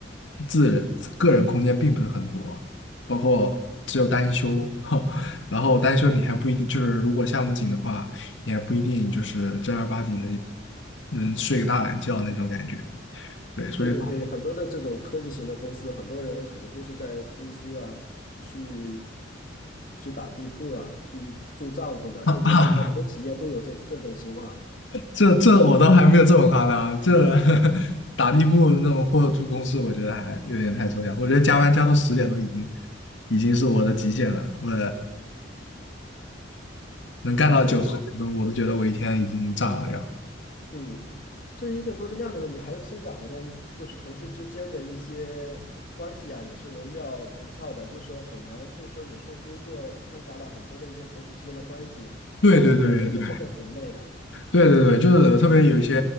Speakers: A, on the left (about 70°); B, on the left (about 45°).
A: 自人个人空间并不是很多，包括只有单休，<laughs> 然后单休你还不一定，就是如果项目紧的话。你还不一定就是正儿八经的能睡个大懒觉那种感觉。对，所以
B: 对对对，
A: <laughs>
B: 很多的这种科技型的公司，很多人可能都是在公司啊去去打地铺啊，去住帐篷的，这种这种很多企业都有这这种情况。
A: 啊，这这我倒还没有这么夸张，这呵呵 <laughs> 打地铺那种或者住公司，我觉得还有点太抽象。我觉得加班加到十点都已经已经是我的极限了，我能干到九十点钟，
B: 对，
A: 我都觉得我一天已经炸了要。
B: 嗯，这是一个工作量的问题，还有现在好像就是同事之间的一些关系啊，也是惟妙惟肖的，就是说很难，就是说有时候工作掺杂了很多的一些同事之间的关系，
A: 对对对对
B: 其实这也是会很累的。
A: 对对对，就是特别有一些